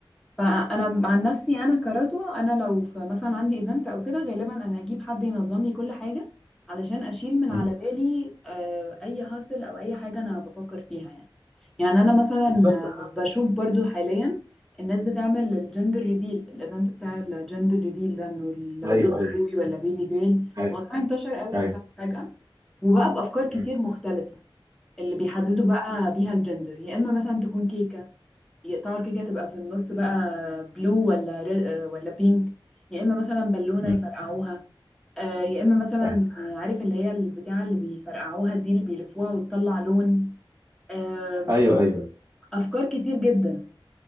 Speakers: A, in the centre; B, on the right.
A: فانا عن نفسي انا كردوة انا لو في مثلا عندي ايفنت او كده غالبا انا هجيب حد ينظم لي كل حاجه علشان اشيل من
B: مم.
A: على بالي آه، اي هاسل او اي حاجه انا بفكر فيها يعني يعني انا مثلا
B: بالظبط
A: آه، بشوف برضو حاليا الناس بتعمل الجندر ريفيل الايفنت بتاع الجندر ريفيل ده انه لو
B: أيوه
A: بيبي
B: أيوه
A: بوي ولا بيبي جيل
B: أيوه
A: الموضوع انتشر قوي
B: أيوه
A: ف- فجأة وبقى بافكار كتير
B: مم.
A: مختلفه اللي بيحددوا بقى بيها الجندر يا اما مثلا تكون كيكه يقطعوا الكيكة تبقى في النص بقى بلو ولا ري... آه، ولا بينك يا إما مثلا بالونة
B: مم.
A: يفرقعوها آه، يا إما مثلا
B: مم.
A: آه، عارف اللي هي البتاعة اللي بيفرقعوها دي اللي بيلفوها وتطلع لون آم،
B: ايوه ايوه
A: أفكار كتير جدا